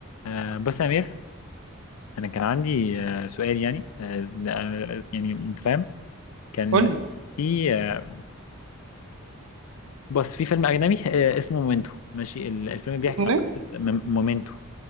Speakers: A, on the left; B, on the right.
A: آه، بس يا أمير أنا كان عندي آه، سؤال يعني آه، آه، يعني أنت فاهم كان
B: قول لي
A: في آه، بس في فيلم أجنبي آه، اسمه مومنتو ماشي ال- الفيلم بيحكي
B: اسمه
A: عن قصة
B: ايه
A: م- مومنتو